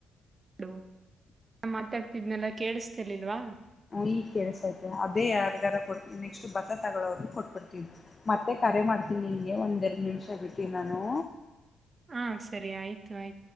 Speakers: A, on the right; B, on the left.
A: ಹ ನಾ ಮಾತಾಡ್ತಿದ್ನೆಲ್ಲ ಕೇಳಿಸತಿಲಿಲ್ವಾ
B: ಈಗ್ ಕೆಲ್ಸ ಐತೆ ಅದೇ ಯಾರಗಾರ ಕೊಡ್ತ ನೆಕ್ಸ್ಟ್ ಬತ್ತ ತಗೋಗ ಕೊಟ್ ಕೊಡ್ತೀವಿ ಮತ್ತೆ ಕರೆ ಮಾಡ್ತೀನಿ ನಿನಗೆ ಒಂದೆರಡು ನಿಮಿಷ ಬಿಟ್ಟು ನಾನು
A: ಹಾ ಸರಿ ಆಯ್ತು ಆಯ್ತು.